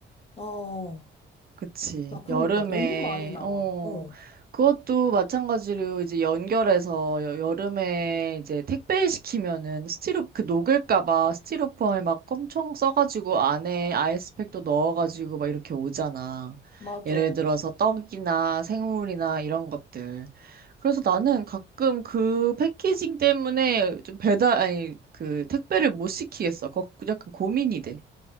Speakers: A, on the left; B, on the right.
A: 어,
B: 그치.
A: 야, 그러니까
B: 여름에,
A: 너무 많이 나와.
B: 어,
A: 어,
B: 그것도 마찬가지로 이제 연결해서 여, 여름에 이제 택배 시키면은 스티로, 그 녹을까봐 스티로폼에 막 엄청 써가지고 안에 아이스팩도 넣어가지고 막 이렇게 오잖아.
A: 맞아.
B: 예를 들어서 떡이나 생물이나 이런 것들. 그래서 나는 가끔 그 패키징 때문에 좀 배달, 아니, 그 택배를 못 시키겠어. 거, 약간 고민이 돼.